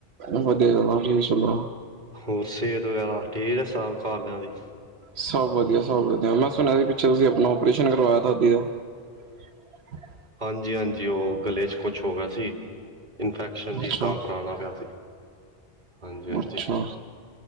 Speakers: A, on the right (about 90°); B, on the right (about 45°).
A: ਵਧੀਆ ਚ ਚੱਲ,
B: ਹੋਰ ਸਿਹਤ ਵਗੈਰਾ ਠੀਕ ਹੈ ਸਭ ਘਰਦਿਆਂ ਦੀ,
A: ਸਭ ਵਧੀਆ ਸਭ ਵਧ ਮੈਂ ਸੁਣਿਆ ਸੀ ਪਿੱਛੇ ਤੁਸੀਂ ਆਪਣਾ ਓਰੇਸ਼ਨ ਕਰਵਾਇਆ ਥਦੀ ਦਾ <unintelligible>
B: ਹਾਂਜੀ-ਹਾਂਜੀ ਉਹ ਗਲੇ ਚ ਕੁਛ ਹੋ ਗਿਆ ਸੀ ਇਨਫੈਕਸ਼ਨ ਜੀ
A: ਅੱਛਾ
B: ਤਾਂ ਕਰਾਣਾ ਪਿਆ ਸੀ ਹਾਂਜੀ-ਹਾਂਜੀ,
A: ਅੱਛਾ